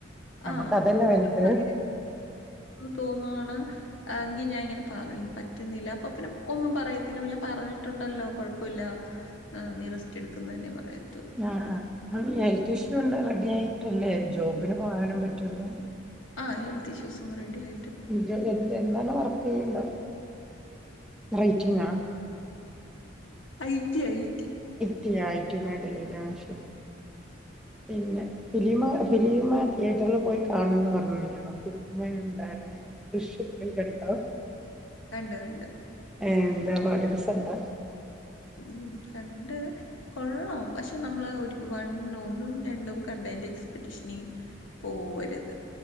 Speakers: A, in the centre; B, on the left.
A: നമ്മക്ക്
B: ആ
A: അതല്ലേ
B: ഒട്ടുംയാ
A: വലുത്
B: <inaudible> തോന്നുവാണ് എങ്കിൽ ഞാൻ ഇങ്ങനെ പറയും പറ്റുന്നില്ല അപ്പൊ പിന്നെ ഒന്നും പറയത്തില്ല ഞാൻ പറ പറഞ്ഞിട്ടുണ്ടല്ലോ കുഴപ്പൂല നീ റസ്റ്റ് എടുക്ക് എന്ന് തന്നെ പറയത്തുള്ളൂ
A: ആ ഹെൽത്ത് ഇഷ്യൂ ഉണ്ട് റെഡി ആയിട്ടല്ലേ ജോബിന് പോകാനും പറ്റുള്ളൂ
B: ആ ഹെൽത്ത് ഇഷ്യൂസ് ഒന്ന് റെഡി ആയി
A: എ എ എന്താണ് വർക്ക് ചെയ്യണ്ടേ റൈറ്റിങ്ങാ
B: ഐറ്റി ഐറ്റി
A: ഐറ്റി മേഖലയിലാ ആ ശരി പിന്നെ ഫിലീമ് ഫിലീമ് തിയേറ്ററിൽ പോയി കാണുംന്ന് പറഞ്ഞല്ലോ ഫിലീമ് എന്താണ് ദൃശ്യം ത്രീ കണ്ടോ?
B: കണ്ട് കണ്ട്.
A: ഏ എന്താ പാട് രസണ്ടാ
B: ഉം കണ്ട് കൊള്ളാം പക്ഷെ നമ്മള് ഒരു വൺ ഒന്നും രണ്ടും കണ്ടേൻ്റെ എക്സ്പെറ്റേഷനിൽ പോവരുത്